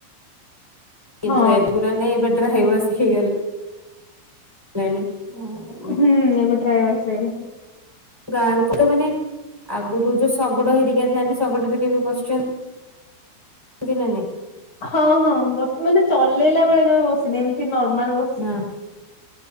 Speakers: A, in the centre; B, on the left.
A: କିନ୍ତୁ
B: ହଁ
A: ଏଗୁରା ନାଇ ଏବେ ଡ୍ରାଏ ୱାଶ୍ ହେଇଗଲା। ଲାଏନି <unintelligible>
B: ହୁଁ ଏବେ ଡ୍ରାଏ ୱାଶ୍ ହେଇଗଲାଣି।
A: ଗାଁ ଲୋକ ତ ମାନେ ଆଗୁରୁ ଯୋଉ ଶଗଡ଼ ହେରିକା ଥାନ୍ତି ଶଗଡ଼ରେ କେବେ ବସଛନ୍ ନ୍ତି ନା ନାଇ?
B: ହଁ ହଁ ବସ୍ ମାନେ ଚଲେଇଲା ବେଳେ କେବେ ବସିନି ଏମିତି ନର୍ମାଲ ବ
A: ହଁ